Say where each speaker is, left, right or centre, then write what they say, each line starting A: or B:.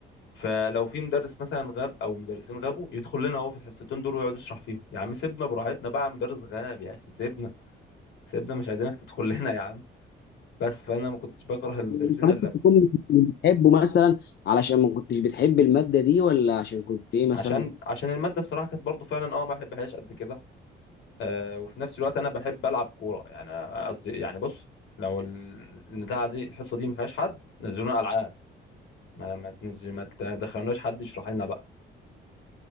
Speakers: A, on the left (about 80°); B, on the left (about 55°).
A: فلو في مدرس مثلا غاب او مدرسين غابوا يدخل لنا هو في الحصتين دول ويقعد يشرح فيهم يا عم سيبنا براحتنا بقى مدرس غاب يا اخي سيبنا سيبنا مش عايزينك تدخل لنا يا عم بس فانا ما كنتش بكره المدرسين
B: انت ممكن تكون مش بتحبه مثلا علشان ما كنتش بتحب الماده دي ولا عشان كنت ايه مثلا؟
A: عشان عشان الماده بصراحه كانت برضو فعلا اه ما بحبهاش قد كده آه وفي نفس الوقت انا بحب العب كوره يعني قصدي يعني بص لو ال- البتاعه دي الحصه دي ما فيهاش حد نزلونا العاب ما ما تنزل ما تدخلوناش حد يشرح لنا بقى